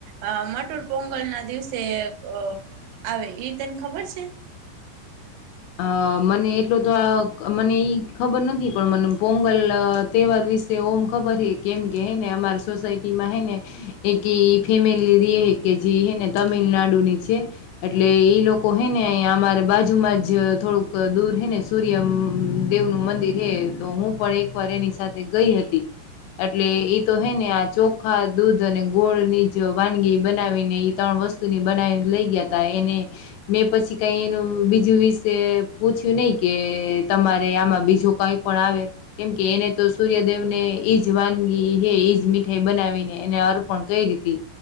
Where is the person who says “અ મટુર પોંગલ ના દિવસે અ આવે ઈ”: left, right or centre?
Right